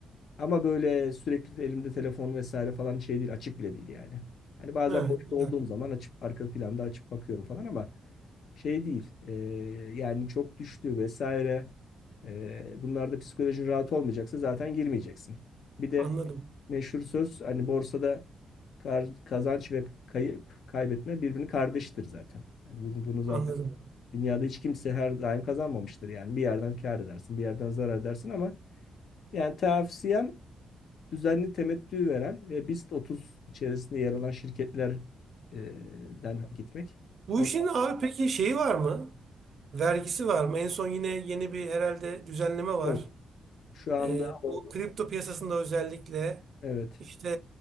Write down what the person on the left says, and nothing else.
Ama böyle sürekli elimde telefon vesaire falan şey değil açık bile değil yani. Hani bazen
boşta
olduğum zaman açıp arka planda açıp bakıyorum falan ama şey değil. Ee, yani çok düştü vesaire. Ee, bunlarda psikolojin rahat olmayacaksa zaten girmeyeceksin. Bir de
meşhur söz hani borsada kar- kazanç ve kayıp kaybetme birbirini kardeştir zaten. Yani bunu, bunu zaten
dünyada hiç kimse her daim kazanmamıştır yani. Bir yerden kâr edersin, bir yerden zarar edersin ama yani tavsiyem düzenli temettü veren ve BIST 30 içerisinde yer alan şirketlerden gitmek.
Onlar
yok. Şu anda
o,
evet.